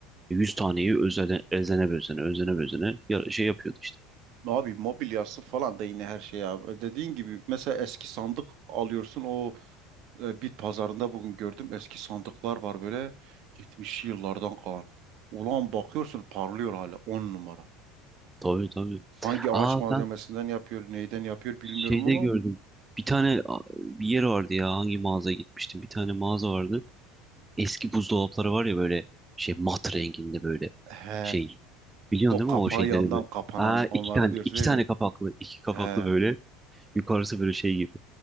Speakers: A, on the right; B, on the right.
A: 100 taneyi özene, özene bezene, özene bezene ya- şey yapıyordu işte.
B: Abi mobilyası falan da yine her şey abi. Dediğin gibi mesela eski sandık alıyorsun o e, bit pazarında bugün gördüm eski sandıklar var böyle 70'li yıllardan kalan. Ulan bakıyorsun parlıyor hala 10 numara.
A: Tabii tabii.
B: Hangi ağaç
A: Aa
B: malzemesinden
A: ben
B: yapıyor neyden yapıyor bilmiyorum
A: şeyde
B: ama
A: gördüm. Bir tane a, bir yer vardı ya hangi mağazaya gitmiştim. Bir tane mağaza vardı. eski buzdolapları var ya böyle şey mat renginde böyle
B: he
A: şey. Biliyorsun
B: o
A: değil
B: kapağı
A: mi o şeyleri
B: yandan
A: böyle?
B: kapanan
A: Aa
B: onları
A: iki tane
B: diyorsun
A: iki
B: değil
A: tane
B: mi?
A: kapaklı iki kapaklı
B: He.
A: böyle yukarısı böyle şey gibi.